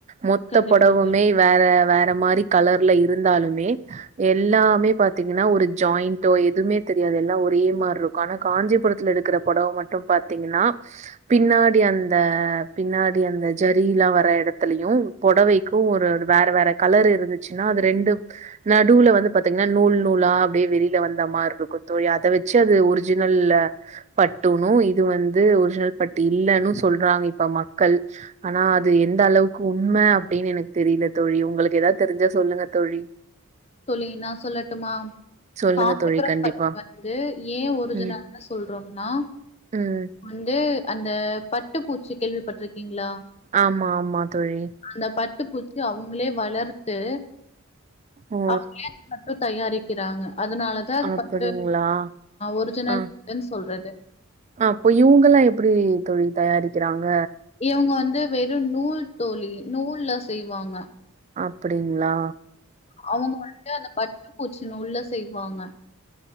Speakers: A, on the right; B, on the left.
A: மொத்த
B: கண்டிப்பா
A: பொடவுமே
B: தோழி
A: வேற வேற மாரி கலர்ல இருந்தாலுமே எல்லாமே பாத்தீங்கன்னா ஒரு ஜாயிண்டோ எதுவுமே தெரியாது எல்லா ஒரே மாரி இருக்கு ஆனா காஞ்சிபுரத்துல எடுக்கிற பொடவ மட்டு பாத்தீங்ன்னா பின்னாடி அந்த பின்னாடி அந்த ஜரில்லா வர எடத்துலயு பொடவைக்கு ஒரு வேற வேற கலர் இருந்துச்சுன்னா அது ரெண்டு நடுல வந்து பாத்தீங்கன்னா நூல் நூலா அப்டியே வெளியில வந்த மாரி இருக்கு தோழி அத வச் பிச்சது ஒரிஜினல்லல பட்டுணும் இது வந்து ஒரிஜினல் பட்டு இல்லைன்னு சொல்றாங்க இப்ப மக்கள் ஆனா அது எந்த அளவுக்கு உண்மை அப்படின்னு எனக்கு தெரியல தோழி உங்களுக்கு ஏதாவது தெரிஞ்சா சொல்லுங்க தோழி
B: சொல்லனா சொல்லட்டுமா
A: சொல்லுங்க
B: காஞ்சிபுரம்
A: தோழி கண்டிப்பா
B: பள்ளி வந்து ஏன் ஒரிஜினல்னு
A: ம்
B: சொல்றோம்னா
A: ம்
B: வந்து அந்த பட்டு பூச்சி கேள்விப்பட்டிருக்கீங்களா
A: ஆமா ஆமா தோழி
B: அந்த பட்டு பூச்சி அவங்களே வளர்த்து
A: ஓ
B: அவங்கே அது மட்டு தயாரிக்கிறாங்க அதனாலதா சார்
A: அப்டிங்களா
B: பத்து ஒரு ஜனள்ன்னு
A: ஆ
B: சொல்றது
A: அப்போ இவங்க எல்லா எப்படி தொழில் தயாரிக்கிறாங்க
B: இவங்க வந்து வெறும் நூல் தோழி நூல்ல செய்வாங்க
A: அப்படிங்களா
B: அவங்க வந்துட்டு அந்த பட்டை பூச்சி நூல்ல செய்வாங்க